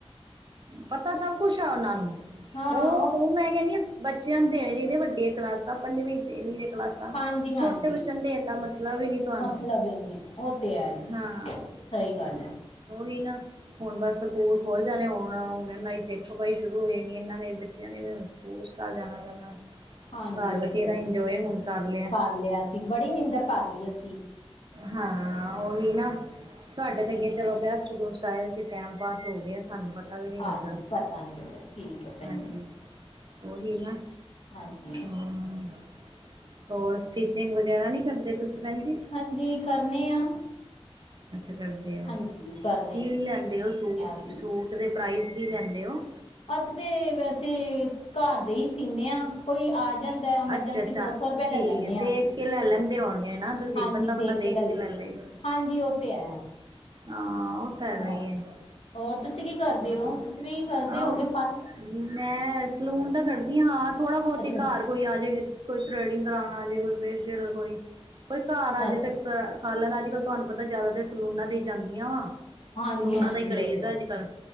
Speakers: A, on the right; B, on the left.
A: ਪਤਾ ਸਭ ਕੁਛ ਆ ਉਹਨਾਂ ਨੂੰ
B: ਹਾਂ ਹਾਂ
A: ਉਹ ਉਹ ਮੈਂ ਕਹਿੰਦੀ ਹਾਂ। ਬੱਚਿਆਂ ਨੂੰ ਦੇਣੇ ਚਾਹੀਦੇ ਵੱਡੀਆਂ ਕਲਾਸਾਂ ਪੰਜਵੀਂ ਛੇਵੀਂ ਦੀਆਂ ਕਲਾਸਾਂ
B: ਹਾਂਜੀ
A: ਛੋਟੇ
B: ਹਾਂਜੀ
A: ਵਚਨ ਨੂੰ ਦੇਣ ਦਾ ਮਤਲਬ ਹੀ ਨੀ ਤੁਹਾਨੂੰ
B: ਮਤਲਬ ਹੀ ਨਹੀਂ ਹੈ, ਉਹ ਤੇ ਹੈ ਜੀ
A: ਹਾਂ।
B: ਸਹੀ ਗੱਲ ਹੈ।
A: ਉਹੀ ਨਾ। ਹੁਣ ਬਸ ਸਕੂਲ ਖੋਲ ਜਾਣੇ ਹੁਣ ਹੁਣ ਇਹਨਾਂ ਦੀ ਸਿਰ ਖਪਾਈ ਸ਼ੁਰੂ ਹੋ ਜਾਨੀ ਇਹਨਾਂ ਨੇ ਬੱਚਿਆਂ ਨੇ ਵੀ ਕੋਸਤ ਆ ਜਾਣਾ ਕਰਨਾ
B: ਹਾਂਜੀ
A: ਘਰ
B: ਉਹ
A: ਬਥੇਰਾ
B: ਤੇੇ ਹੈ
A: ਇੰਜੋਏ ਹੁਣ ਲਿਆ
B: ਕਰ ਲਿਆ ਸੀ ਬੜੀ ਨੀਂਦਰ ਕਰ ਲਈ ਅਸੀਂ।
A: ਹਾਂ ਉਹੀ ਨਾ। ਸਾਡੇ ਤੇ ਕਿਚਨ ਗੈਸਟ ਗੁਸਤ ਆਏ ਸੀ ਟਾਈਮ ਪਾਸ ਹੋ ਗਿਆ। ਸਾਨੂੰ ਪਤਾ ਵੀ ਨਹੀਂ
B: ਹਾਂਜੀ
A: ਲੱਗਾ
B: ਪਤਾ ਨੀ ਲੱਗਿਆ ਠੀਕ ਹੈ ਭੈਣ
A: ਹਾਂਜੀ।
B: ਜੀ
A: ਉਹੀ ਨਾ
B: ਹਾਂਜੀ
A: ਹਾਂ। ਹੋਰ ਸਟਿਚਿੰਗ ਵਗੈਰਾ ਨਹੀਂ ਕਰਦੇ ਤੁਸੀਂ ਭੈਣ ਜੀ।
B: ਹਾਂਜੀ ਕਰਨੇ ਆ।
A: ਅੱਛਾ ਕਰਦੇ ਹੋ
B: ਹਾਂਜੀ ਕਰਨੇ
A: ਕੀ ਲੈਂਦੇ ਹੋ ਸੂਟ
B: ਆ ਅਸੀਂ
A: ਦੇ ਪ੍ਰਾਈਜ਼ ਕੀ ਲੈਂਦੇ ਹੋ।
B: ਅਸੀਂ ਤੇ ਵੈਸੇ ਘਰ ਦੇ ਹੀ ਸੀਨੇ ਹਾਂ ਕੋਈ ਆ ਜਾਂਦਾ ਐਮਰਜੈਂਸੀ
A: ਅੱਛਾ ਅੱਛਾ
B: ਦੋ ਸੌ ਰੁਪਆ
A: ਠੀਕ
B: ਲੈ ਲੈਂਦੇ
A: ਹੈ
B: ਹਾਂ
A: ਦੇਖ
B: ਅਸੀਂ
A: ਕੇ ਲੈ ਲੈਂਦੇ ਹੋਣਗੇ ਨਾ ਤੁਸੀਂ
B: ਹਾਂਜੀ
A: ਬੰਦਾ ਬੰਦਾ
B: ਦੇਖ ਕੇ ਲੈ ਲੈਂਦੇ
A: ਲਏਗਾ।
B: ਹਾਂਜੀ ਉਹ ਤੇ ਹੈ।
A: ਹਾਂ ਉਹ ਤਾਂ ਹੈਗਾ
B: ਹਾਂ
A: ਹੈ।
B: ਹੋਰ ਤੁਸੀਂ ਕੀ ਕਰਦੇ
A: ਵਧੀਆ
B: ਹੋ ਤੁਸੀਂ ਵੀ ਕਰਦੇ
A: ਹਾਂ
B: ਹੋਗੇ ਫਲ
A: ਮੈਂ ਸਲੂਨ ਦਾ ਕਰਦੀ ਹਾਂ ਥੋੜਾ ਬਹੁਤ
B: ਅੱਛਾ
A: ਘਰ ਕੋਈ ਆਜੇ ਕੋਈ ਥਰੇਡਿੰਗ ਕਰਾਉਣਾ ਆਜੇ ਕੋਈ ਫੇਸ਼ੀਅਲ ਕੋਈ ਕੋਈ ਘਰ ਆ
B: ਅੱਛਾ
A: ਜੇ ਤੇ ਫਾਲਾਂ ਦਾ ਅੱਜ ਕੱਲ ਤੁਹਾਨੂੰ ਪਤਾ ਜ਼ਿਆਦਾਤਰ ਸਲੂਨਾ ਤੇ ਹੀ ਜਾਂਦੀਆਂ ਵਾ
B: ਹਾਂਜੀ
A: ਸਲੂਨਾਂ
B: ਹਾਂਜੀ
A: ਦਾ ਹੀ ਕਰੇਜ਼
B: ਉਹ ਤੇ
A: ਆ
B: ਹੈ,
A: ਅੱਜ ਕੱਲ